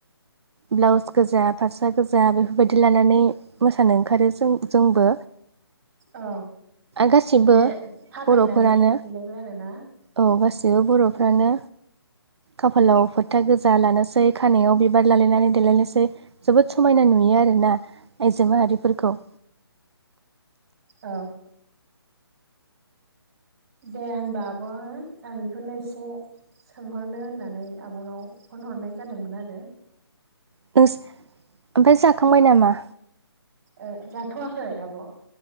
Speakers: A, on the right (about 80°); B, on the right (about 40°).
A: ब्लाउस गोजा फास्रा गोजा बेफोरबायदि लानानै। मोसानो ओंखारो जों जोंबो
B: औ।
A: गासिबो
B: एसे साजायनानै
A: बर' फोरानो
B: देलायबाय आरोना
A: औ गासिबो बर'फ्रानो खाफालाव फोथा गोजा लानोसै खानायाव बिबार लालायनानै देलायनोसै। जोबोद समायना नुयो आरोना आइजो माहारिफोरखौ
B: औ। दे होनबा आब' हो आं बेखौनो एसे सोंहरनो होननानै आबनाव फन हरनाय जादोंमोन आरो।
A: <unintelligible> ओमफ्राय जाखांबाय नामा?
B: ओ जाथ'वाखै आब'